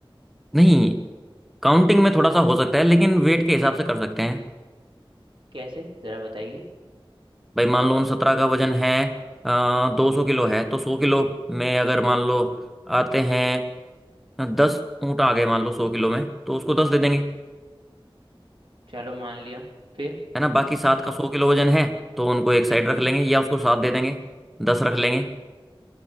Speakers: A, in the centre; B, on the right.
A: नहीं काउंटिंग में थोड़ा सा हो सकता है लेकिन वेट के हिसाब से कर सकते हैं
B: कैसे जरा बताइए
A: भाई मान लो उन सत्रह का वजन है दो सौ किलो है तो सौ किलो में अगर मान लो आते हैं दस ऊँट आ गए मान लो सौ किलो में तो उसको दस दे देंगे
B: चलो मान लिया फिर
A: है ना बाकी सात का सौ किलो वजन है तो उनको एक साइड रख लेंगे या उसको सात दे देंगे दस रख लेंगे